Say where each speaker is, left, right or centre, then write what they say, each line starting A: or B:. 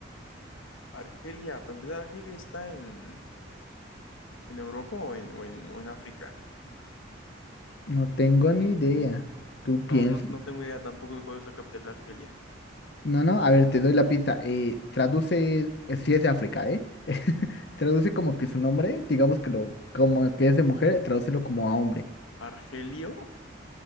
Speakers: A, on the left; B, on the left.
A: Argelia, para empezar, ¿Argelia está en, en Europa o en, o en, o en África?
B: No tengo ni idea. Tú
A: No,
B: piensas.
A: no, no tengo idea tampoco de cuál es la capital de Argelia.
B: No, no, a ver, te doy la pista. Eh, traduce, eh, si es de África, ¿eh? <laughs> Traduce como que su nombre, digamos que lo, como que es de mujer, tradúcelo como a hombre.
A: ¿Argelio?